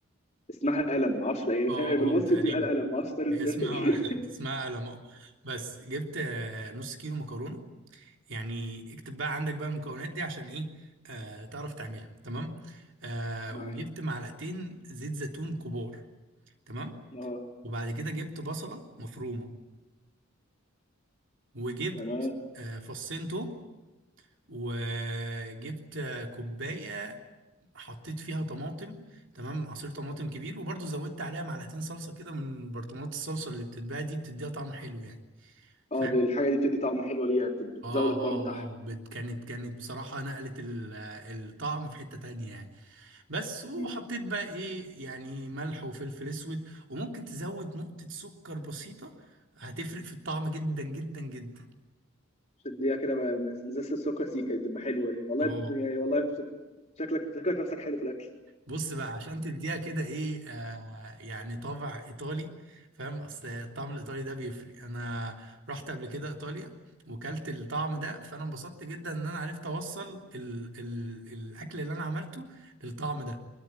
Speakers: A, on the left (about 35°); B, on the right (about 65°).
A: اسمها قلم معرفش بقى يعني
B: اه
A: فاهم هي بالمصري
B: اه تقريبا
A: بتتقال قلم معرفش تتقال
B: هي
A: ازاي
B: اسمها
A: <laughs>
B: <laughs> اسمها لما بس جبت آه، نص كيلو مكرونه يعني اكتب بقى عندك بقى المكونات دي عشان ايه آه تعرف تعملها تمام آه
A: معايا
B: وجبت معلقتين زيت زيتون كبار تمام
A: اه
B: وبعد كده جبت بصله مفرومه وجبت
A: تمام
B: آه فصين توم وجبت آه، كوبايه حطيت فيها طماطم تمام عصير طماطم كبير وبرضه زودت عليها معلقتين صلصه كده من برطمانات الصلصه اللي بتتباع دي بتديها طعم حلو يعني
A: اه
B: فاهم
A: الحاجة دي بتدي طعم حلو ليها بت- بتزود
B: اه
A: القوام
B: اه
A: بتاعها
B: اه بت- كانت كانت بصراحة نقلت ال- الطعم في حتة تانية يعني بس وحطيت
A: مم.
B: بقى ايه يعني ملح وفلفل اسود وممكن تزود نقطة سكر بسيطة هتفرق في الطعم جدا جدا جدا
A: شديها كده بقى- مزازة السكر سيكا دي بتبقى حلوه دي والله
B: اه
A: بت... يعني والله بت... شكلك شكلك نفسك حلو في الاكل
B: بص بقى عشان تديها كده ايه آه يعني طابع ايطالي فاهم اصل الطعم الايطالي ده بيفرق انا رحت قبل كده ايطاليا وكلت الطعم ده فانا انبسطت جدا ان انا عرفت اوصل ال ال الاكل اللي انا عملته للطعم ده